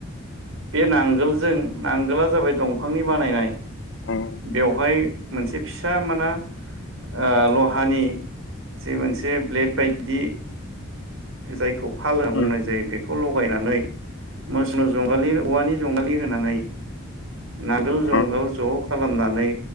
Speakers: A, on the right; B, on the left.
A: बे नांगोलजों नांगला जाबाय दंफांनि बानायनाय
B: उम
A: बेवहाय मोनसे फिसा माना ओ लहानि जि मोनसे ब्लेड बायदि जायखौ फाल
B: उम
A: होनना बुंनाय जायो बे खौ लगायनानै मोसनु जंगालि औवानि जंगालि होनानै नांगोल जुंगाल
B: उम
A: ज खालामनानै